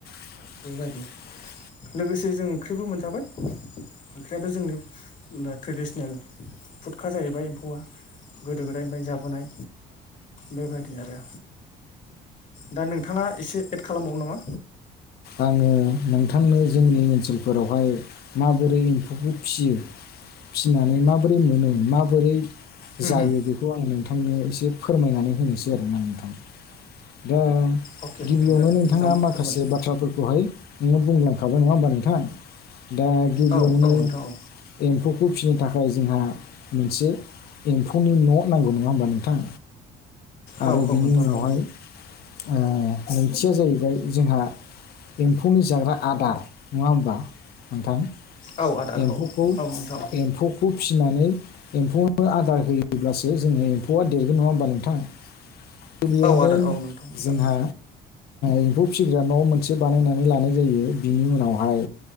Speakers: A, on the left; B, on the left.
A: <unintelligible>
B: बेबायदि लोगोसे जों ओंख्रिबो मोनजाबाय ओंख्रियाथ' जोंनि ट्रेडिसनेल फुदखा जाहैबाय एम्फौआ गोदो गोदायनिफ्राय जाबोनाय बेबायदि आरो दा नोंथांङा एसे एड खालामबावो नामा?
A: आङो नोंथांनो जोंनि ओनसोलफोरावहाय माबोरै <inaudible> फिसियो फिनानै मा माबोरै मोनो माबोरै
B: होम
A: जायो
B: होम
A: बेखौ आं नोंथांनो एसे फोरमायनानै होनोसै आरोना नोंथां दा
B: अके
A: गिबियावनो
B: अके नोंथां दे
A: नोंथांङा
B: मोजां
A: माखासे
B: फोरमायलाय
A: बाथ्राफोरखौ खौहाय नोंङो बुंलांखाबाय नङा होमबा नोंथां दा गिबियावनो
B: औ औ नोंथां औ
A: एम्फौखौ फिनो थाखाय जोंहा मोनसे एम्फौनि न' नांगौ नंङा होमबा नोंथां?
B: औ
A: आरो बिनि
B: नोंथां
A: उनावहाय
B: औ
A: ओ नैथिया जाहैबाय जोंहा एम्फौनि जाग्रा आदार नंङा होमबा नोंथां?
B: औ आदार
A: एम्फौखौ
B: औ औ नोंथां औ
A: एम्फौखौ फिनानै <inaudible> आदार होयोब्लासो जोंङो एम्फौआ देरगोन नंङा होमबा नोंथाङा? गिबियावनो
B: औ आदार औ नोंथां नोंथां
A: जोंहा एम्फौ फिग्रा न' मोन बानायनानै लानाय जायो बिनि उनावहाय